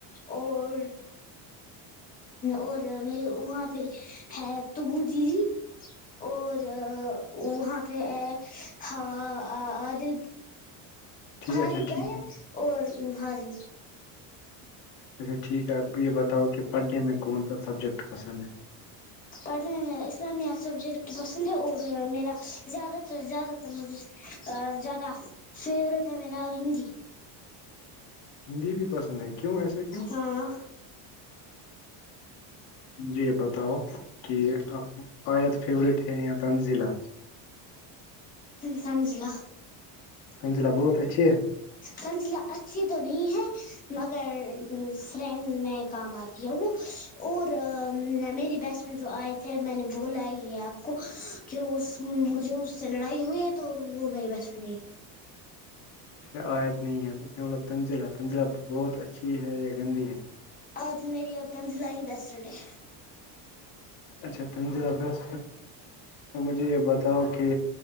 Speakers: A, on the left; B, on the left.
A: اور اور میرے وہاں پہ ہے تبو ج جی اور وہاں پہ ہے ہاں آ دل
B: ٹھیک
A: خالی
B: اچھا
A: دائی
B: ٹھیک
A: ہے اور ہاں جی
B: اچھا ٹھیک ہے آپ کو یہ بتاؤ کہ پڑھنے میں کون سا سبجیکٹ پسند ہے
A: پڑھنے میں اسلامیہ سبجیکٹ پسند ہے اور میرا زیادہ تر زیادہ مجھے زیادہ فیوریٹ ہے میرا ہندی
B: ہندی بھی پسند ہے کیوں ایسا کیوں
A: ہاں
B: جی بتاؤ کہ آپ کی آید فیوریٹ ہے یا تنزیلا
A: سانز ل
B: ححمزلہ بہت اچھی ہے
A: کنجلا اچھی تو نہیں ہے مگر فریڈ میں کام آتی ہے وہ اور میری بیس میں جو آئے تھے میں نے وہ لائی ہے آپ کو کہ وہ جو اس سے لڑائی ہوئی ہے تو وہ میری بس میں نہیں ہے
B: اچھا آیت نہیں ہے تو اس کا مطلب تنزلہ ہے تنزلہہ بہت اچھی ہے یا گندی ہے
A: آپ تو میری آ تمز ل ہی بیسٹ ڈے
B: اچھا تنندیر ابس تو مجھے یہ بتاؤ کہ